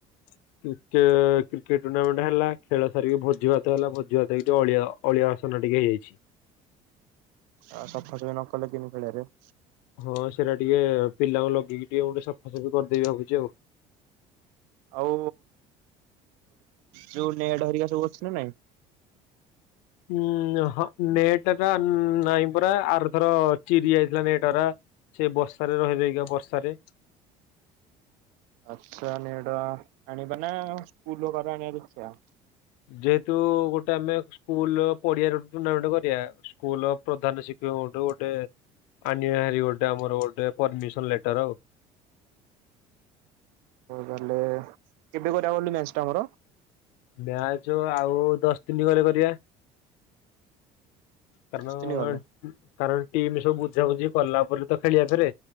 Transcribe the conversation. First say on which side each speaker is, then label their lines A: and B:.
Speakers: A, on the left; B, on the right.
A: କ୍ରେ କ୍ରିକେଟ ଟୁର୍ଣ୍ଣାମେଣ୍ଟ ହେଲା ଖେଳ ସାରିକି ଭୋଜି ଭାତ ହେଲା ଭୋଜି ଭାତ ହେଇକି ଅଳିଆ ଅଳିଆ ପାଟିତୁଣ୍ଡ ଟିକେ ହେଇଯାଇଛି।
B: ଆ ସଫାସଫି ନ କଲେ କେମିତି ଖେଳେଇବେ?
A: ହଁ ସେଟା ଟିକେ ପିଲାଙ୍କୁ ଲଗେଇକି ଟିକେ ଗୋଟେ ସଫାସଫି କରିଦେଇବି ଭାଗୁଛି ଆଉ।
B: ଆଉ ଯୋଉ ନେଟ ହେରିକା ସବୁ ଅଛି କି ନାଇଁ?
A: ଉଁ ହଁ ନେଟ୍ ଟା ତ ନାଇଁ ପରା ଆରଥର ଚିରି ଯାଇଥିଲା ନେଟ୍ ରା। ସେ ବର୍ଷାରେ ରହି ରହିକା ବର୍ଷାରେ
B: ଆଛା ନେଟ୍ ଆଣିବା ନା ସ୍କୁଲ ରୁ ଗରା ଆଣିବାକୁ ଇଚ୍ଛା।
A: ଯେହେତୁ ଗୋଟେ ଆମେ ସ୍କୁଲର ପଡିଆ ରେ ଗୋଟେ ଟୁର୍ଣ୍ଣାମେଣ୍ଟ କରିବା। ସ୍କୁଲ ପ୍ରଧାନ ଶିକ୍ଷକଠୁ ଗୋଟେ ଆନିବା ହେରି ଗୋଟେ ଆମର ଗୋଟେ ପରମିସନ ଲେଟର ଆଉ।
B: ତାହଲେ କେବେ କରିବାକୁ ଗଲେ ମ୍ୟାଚ ଟା ଆମର
A: ମ୍ୟାଚ ଆଉ ଦଶ ଦିନ ଗଲେ କରିବା। କାରଣ
B: ଦଶ ଦିନ ଗଲେ
A: କାରଣ ଟିମ ସବୁ ବୁଝାବୁଝି କଲା ଭଲସେ ତ ଖେଳିବା ଥରେ।